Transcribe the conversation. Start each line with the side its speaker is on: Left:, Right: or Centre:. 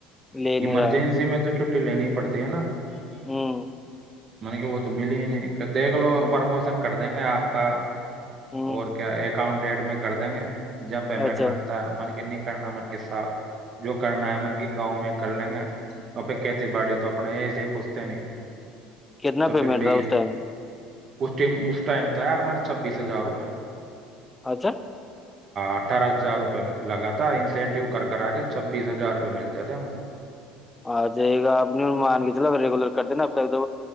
Left: لے نہیں
Right: ایمرجنسی
Left: رہا
Right: میں تو چ لینی پڑتی ہے نا
Left: ہوں
Right: من کے وہت ملین دگلو
Left: ہ
Right: پرموشن دیں گے آپ کا
Left: ہ
Right: اور کیا اکاؤنٹ ایڈ میں کر دیں گے جب پیمنٹ
Left: اچھا
Right: بنتا ہے من ن کرناامن کے صاھ جو کرنامن کے گاؤں میں کر لیں گے تو پ کھیتی باڑی تو اپنے یہ سے پوچھتے نہیں
Left: کتنا
Right: تو
Left: پیمنٹ
Right: پھر بھی
Left: تھا
Right: ہے
Left: اس ٹائم
Right: اس اس ٹائم ت ہے یار میرے چھبیس ہزار روپئے
Left: اچھا
Right: اٹھارہ ہزار روپے میں لگا تھا انسینٹیو کر کر آ کے چھبیس ہزار روپئے مل جاتے ہما
Left: آ جائیے گا آپ نے مان کے چلو ریگولر کرتے نا اب تک تو